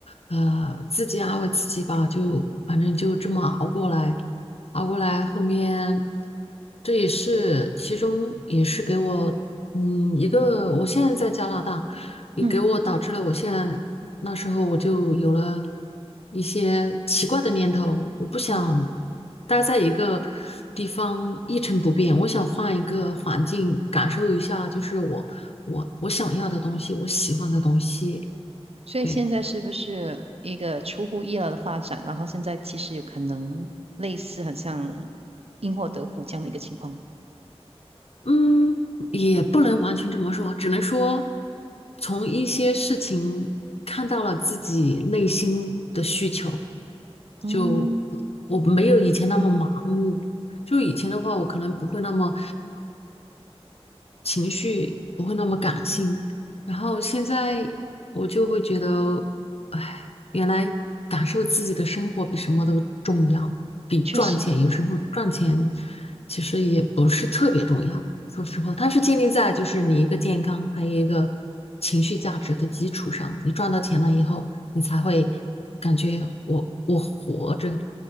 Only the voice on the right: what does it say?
嗯
嗯。
所以现在是不是一个出乎意料的发展？
然后现在其实有可能类似，很像因祸得福这样的一个情况。
嗯，
确实，